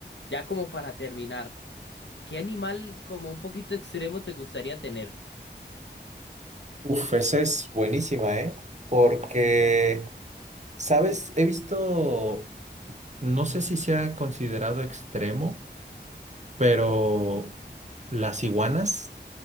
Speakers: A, on the left; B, on the right.
A: ya como para terminar. ¿Qué animal como un poquito extremo te gustaría tener?
B: Uf, esa es buenísima, ¿eh? Porque, ¿sabes? He visto, no sé si sea considerado extremo, pero las iguanas,